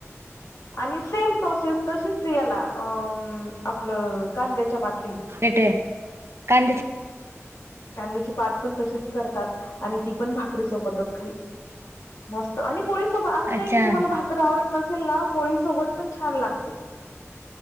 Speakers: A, on the left (about 75°); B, on the right (about 55°).
A: आणि सेम प्रोसेस तशीच याला अ आपलं कांद्याच्या पाथीला.
B: तेटे कच <unintelligible>
A: कांद्याची पात पण तशीच करतात आणि ती पण भाकरी सोबतच खायची. मस्त आणि पोळीसोबत असं काही
B: अच्छा
A: नाही तुम्हाला भाकरर आवडत नसेल ना पोळी सोबत पण छान लागते.